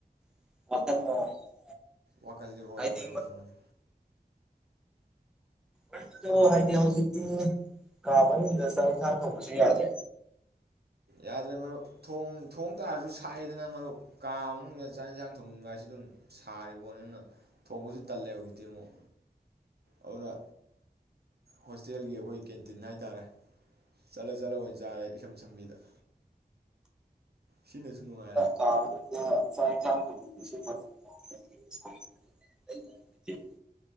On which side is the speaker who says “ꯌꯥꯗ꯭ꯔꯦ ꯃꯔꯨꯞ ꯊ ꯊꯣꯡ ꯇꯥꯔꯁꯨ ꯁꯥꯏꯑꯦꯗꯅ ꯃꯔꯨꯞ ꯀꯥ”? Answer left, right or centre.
Right